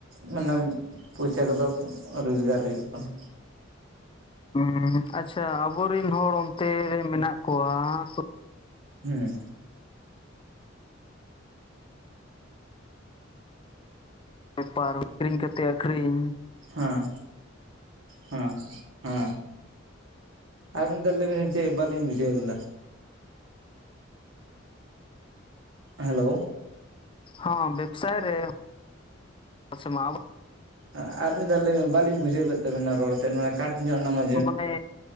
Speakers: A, on the right; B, on the left.
A: ᱢᱟᱱᱮ ᱯᱚᱭᱥᱟ ᱠᱚᱫᱚ ᱨᱳᱡᱽᱜᱟᱨ ᱦᱩᱭᱩᱜ ᱠᱟᱱᱟ᱾
B: ᱦᱩᱸ᱾ ᱟᱪᱪᱷᱟ ᱟᱵᱚᱨᱮᱱ ᱦᱚᱲ ᱚᱱᱛᱮ ᱨᱮ ᱢᱮᱱᱟᱜ ᱠᱚᱣᱟ ᱛᱚ
A: ᱦᱮᱸ᱾
B: ᱵᱮᱯᱟᱨ ᱠᱤᱨᱤᱧ ᱠᱟ ᱠᱟᱛᱮ ᱟᱹᱠᱷᱨᱤᱧ᱾
A: ᱦᱮᱸ, ᱦᱮᱸ, ᱦᱮᱸ᱾ ᱟᱨ ᱢᱤᱫ ᱫᱷᱟ ᱞᱟᱹᱭᱵᱮᱱ ᱪᱮᱫ ᱵᱟᱞᱤᱧ ᱵᱩᱡᱷᱟᱹᱣ ᱞᱮᱫᱟ? ᱦᱮᱞᱳ᱾
B: ᱦᱚᱸ ᱵᱮᱵᱥᱟᱭ ᱨᱮ <inaudible> ᱟᱵᱚ
A: ᱟ-ᱟᱨ ᱢᱤᱫ ᱫᱷᱟᱣ ᱞᱟᱹᱭ ᱢᱮ ᱵᱟᱹᱞᱤᱧ ᱵᱩᱡᱷᱟᱹᱣ ᱞᱮᱫ ᱛᱟᱵᱮᱱᱟ ᱨᱚᱲᱛᱮᱫ ᱢᱟᱱᱮ ᱠᱟᱴ ᱧᱚᱜ ᱚᱱᱟ ᱢᱟ
B: ᱢᱟᱱᱮ